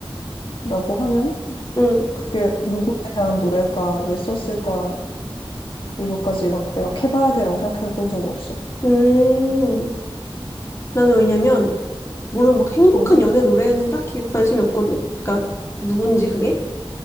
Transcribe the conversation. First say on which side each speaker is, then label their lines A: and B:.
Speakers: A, on the left; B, on the left.
A: 라고 하면,
B: 응.
A: 그게 누구에 대한 노래일까, 왜 썼을까, 이것까지 막 내가 캐봐야 돼라고 생각해 본 적은 없어.
B: 음. 나는 왜냐면 물론 막 행복한
A: 응,
B: 연애 노래에는 딱히 관심이 없거든? 그러니까 누군지 그게?